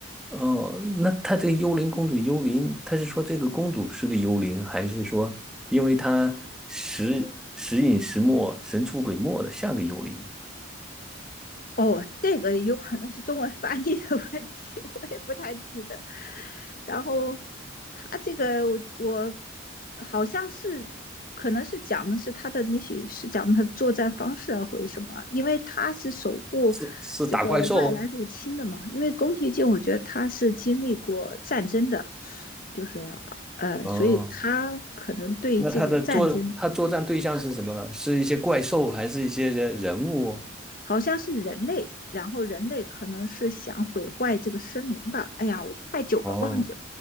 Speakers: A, in the centre; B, on the left.
A: 哦，那她这个幽灵公主，幽灵，她是说这个公主是个幽灵，还是说因为她时时隐时没、神出鬼没的，像个幽灵呢？
B: 哦，这个有可能是中文翻译的问题，<laughs> 我也不太记得。然后他这个我我好像是可能是讲的是他的，也许是讲他的作战方式啊或者什么，因为他是守护
A: 是是打怪兽。
B: 这个外来入侵的嘛。因为宫崎骏，我觉得他是经历过战争的，就是呃，
A: 哦，
B: 所以他可能对这个战争
A: 那他的作他作战对象是什么呢？是一些怪兽，还是一些人人物？
B: 好像是人类，然后人类可能是想毁坏这个森林吧。哎呀，我太久了忘记了。
A: 哦，